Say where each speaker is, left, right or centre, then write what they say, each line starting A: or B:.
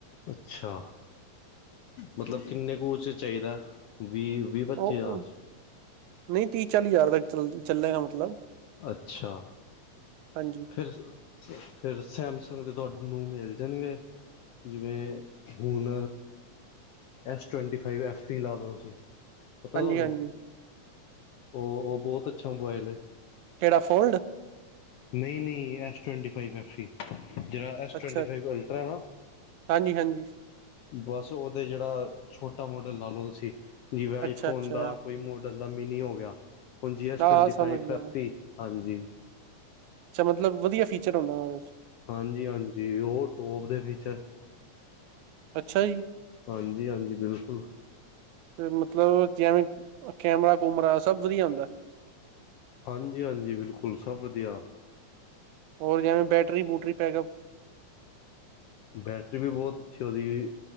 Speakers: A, on the left; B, on the right.
A: ਅੱਛਾ। ਮਤਲਬ ਕਿੰਨੇ ਕੁਚ ਚਾਹੀਦਾ। ਵੀਹ ਵੀਹ-ਪੱਚੀ
B: ਉਹ
A: ਹਜਾਰ ਵਿਚ।
B: ਨਹੀਂ ਤੀਹ-ਚਾਲੀ ਹਜ਼ਾਰ ਤੱਕ ਚੱਲ ਚੱਲੇਗਾ। ਮਤਲਬ
A: ਅੱਛਾ
B: ਹਾਂਜੀ
A: ਫਿਰ- ਫਿਰ ਸੈਮਸੰਗ ਦੇ ਤੁਹਾਾਨੂੰ ਮਿਲ ਜਾਣਗੇ। ਜਿਵੇਂ ਹੁਨ ਐਸ-ਟਵਟੀ-ਫਾਈਵ ਐਫ-ਵੀ ਲਾ ਲਓ ਤੁਸੀਂ। ਪਤਾ
B: ਹਾਂਜੀ
A: ਤੁਹਾਨੂੰ,
B: ਹਾਂਜੀ
A: ਉਹ-ਉਹ ਬਹੁਤ ਅੱਛਾ ਮੋਬਾਇਲ ਏ।
B: ਕਿਹੜਾ ਫੋਲਡ?
A: ਨਹੀਂ-ਨਹੀਂ ਐਸ ਟਵਾਟੀ-ਫਾਵੀ ਐਫ-ਸੀ। ਜਿਹੜਾ ਐਸ-ਟਵ-ਅਲਟਰਾ
B: ਅੱਛਾ
A: ਨਾ
B: ਹਾਂਜੀ ਹਾਂਜੀ
A: ਬਸ, ਉਹਦੇ ਜਿਹੜਾ ਛੋਟਾ- ਮੋਟਾ ਲਾਲੋ ਤੁਸੀਂ। ਜਿਵੇਂ ਆਈੋ
B: ਅੱਛਾ-ਅੱਛਾ,
A: ਫੋਨ ਦਾ ਕੋਈ ਮੋਡਲ ਦਾ ਮੀਨੀ ਹੋ ਗਿਆ। ਹੁਣ ਜੀ ਐਸ-ਟੁਵਟੀ-ਫਾਈਵ-ਐਫ-ਈ।
B: ਹਾਂ ਸਮਝ ਗਿਆ।
A: ਹਾਂਜੀ
B: ਅੱਛਾ, ਮਤਲਬ ਵਧੀਆ ਫੀਚਰ ਹੁੰਦਾ, ਉਸ ਵਿੱਚ
A: ਹਾਂਜੀ ਹਾਂਜੀ ਉਹ ਟੋਪ ਦੇ ਫੀਚਰ
B: ਅੱਛਾ ਜੀ।
A: ਹਾਂਜੀ, ਹਾਂਜੀ ਬਿਲਕੁਲ।
B: ਤੇ ਮਤਲਬ ਜਿਵੇਂ ਕੈਮਰਾ ਕੂਮਰਾ ਸਭ ਵਧੀਆ ਹੁੰਦਾ।
A: ਹਾਂਜੀ, ਹਾਂਜੀ ਬਿਲਕੁਲ ਸਭ ਵਧੀਆ।
B: ਹੋਰ ਜਿਵੇਂ ਬੈਟਰੀ ਬੂਟਰੀ ਪੈਕਅਪ
A: ਬੈਟਰੀ ਵੀ ਬਹੁਤ ਅੱਛੀ ਉਹਦੀ